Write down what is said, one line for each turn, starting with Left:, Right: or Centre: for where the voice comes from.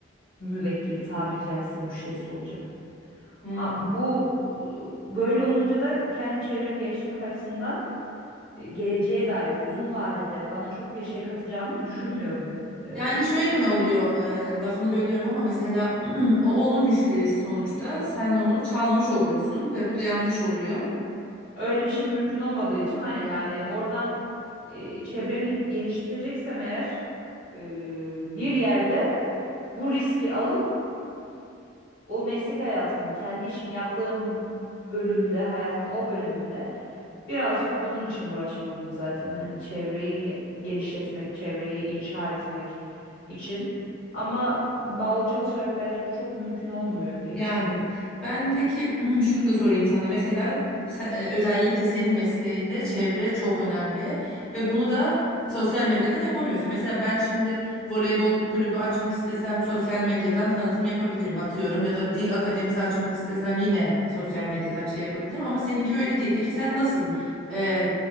Left: müvekkili tabiri caizse müşterisi olacak.
Centre: Hmm.
Left: Ha bu e, böyle olunca da kendi çevremi geliştirmek açısından e, geleceğe dair uzun vadede bana çok bir şey katacağını düşünmüyorum. Ee,
Centre: Yani şöyle mi oluyor? e, lafını bölüyorum ama mesela <clears throat> o onun müşterisi sonuçta. Sen onu çalmış oluyorsun ve bu da yanlış oluyor.
Left: öyle bir şey mümkün olmadığı için aynen yani oradan e, çevremi genişleteceksem eğer e, bir yerde bu riski alıp o meslek hayatımın, kendi işimi yaptığım bölümde, hayatımın o bölümünde birazcık bunun için uğraşmalıyım zaten. Hani çevreyi genişletmek, çevreyi inşa etmek için. Ama bağlı çalışarak bence bu çok mümkün olmuyor diye
Centre: Yani
Left: düşünüyorum.
Centre: ben peki <clears throat> şunu da sorayım sana. Mesela se- e, özellikle senin mesleğinde çevre çok önemli ve bunu da sosyal medyadan yapamıyorsun. Mesela ben şimdi voleybol kulübü açmak istesem sosyal medyadan tanıtım yapabilirim atıyorum ya da dil akademisi açmak istesem yine sosyal medyadan bir şey yapabilirim ama seninki öyle değil. Peki sen nasıl e,